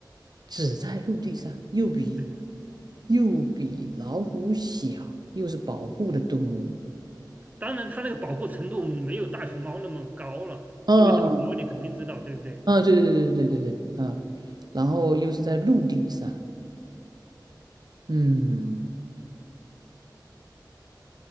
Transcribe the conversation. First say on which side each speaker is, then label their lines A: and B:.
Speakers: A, on the right; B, on the right.
A: 只在陆地上，又比
B: 对，
A: 又比老虎小，又是保护的动物，
B: 当然它那个保护程度没有大熊猫那么高了，
A: 嗯
B: 因为大熊猫你肯定知道，对不对？
A: 嗯，对对对对对对对，啊，然后又是在陆地上，嗯。